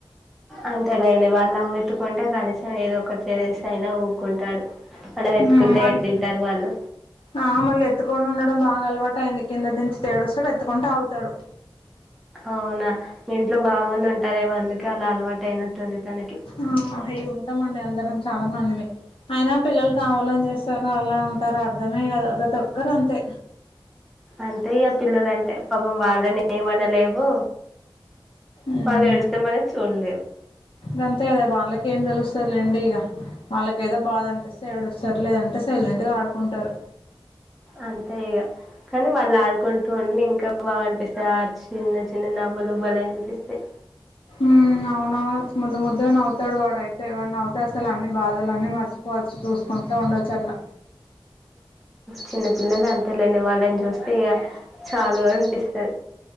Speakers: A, in the centre; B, on the left (about 80°).
A: అంతేలేండి వాళ్ళ అమ్మ ఎత్తుకుంటే కనీసం ఏదో ఒకటి చేసి అయినా ఊకుంటాడు మనం ఎత్తుకుంటే
B: ఉమ్, మళ్ళీ
A: ఏడింటారు వాళ్ళు
B: ఆ మళ్ళీ ఎత్తుకొని ఉండడం బాగా అలవాటు అయింది కింద దించితె ఏడుస్తాడు ఎత్తుకుంటె ఆగుతాడు
A: అవునా మీ ఇంట్లో బాగా మంది ఉంటారేమో అందుకే అలా అలవాటు అయినట్టుంది తనకి
B: ఆ అయ్య ఉంటామండి అందరం చాలా మందిమే అయినా పిల్లలు కావాలని చేస్ స్తారు అలా ఉంటారు అర్థమే కాదు ప్రతి ఒక్కరు అంతే
A: అంతే ఇగ పిల్లల అంటే పాపం వాళ్ళని ఏమనలేం ఓ
B: ఉమ్,
A: వాళ్ళు ఏడుస్తే మనం చూడలేం
B: గంతే కదా వాళ్ళకి ఏం తెలుస్తది లేండి ఇగ వాళ్ళకేదో బాధ అనిపిస్తే ఏడు సర్లేదంటే సైలెంట్గా ఆడుకుంటారు
A: అంతే ఇగ కానీ వాళ్ళు ఆడుకుంటూ ఉండి ఇంకా బాగా అనిపిస్తాయి ఆ చిన్న చిన్న నవ్వులు భలే అనిపిస్తాయి
B: మ్ అవునవును ముద్దు ముద్దు గా నవ్తాడు వాడైతే వాడు నవ్వితే అసలు అన్ని బాదాలు అన్ని మర్చి చ్చ చూసుకుంటు ఉండొచ్చు అట్లా
A: చిన్న పిల్లలు అంతే లేని వాళ్ళని చూస్తే ఇగ చాలు పిస్తది